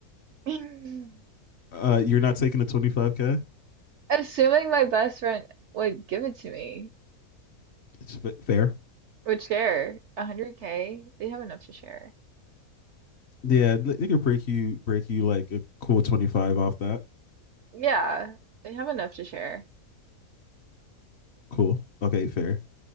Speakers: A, on the right; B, on the left.
A: <laughs>
B: uh you're not taking a 25k?
A: Assuming my best friend would give it to me,
B: It's fa- fair.
A: would share 100K, they have enough to share.
B: Yeah, they could break you break you like a cool 25 off that.
A: Yeah, they have enough to share.
B: Cool. Okay, fair.